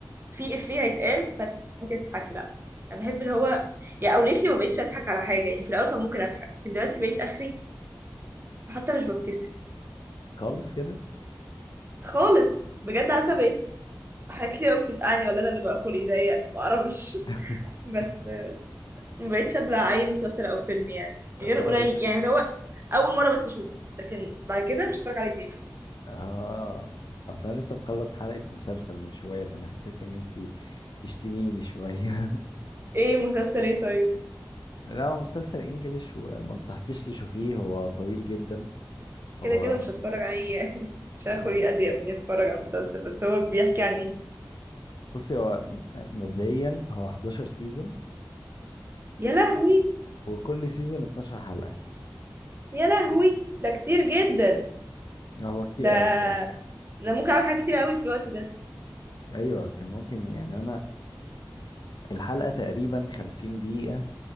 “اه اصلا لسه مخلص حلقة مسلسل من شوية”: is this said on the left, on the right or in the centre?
Left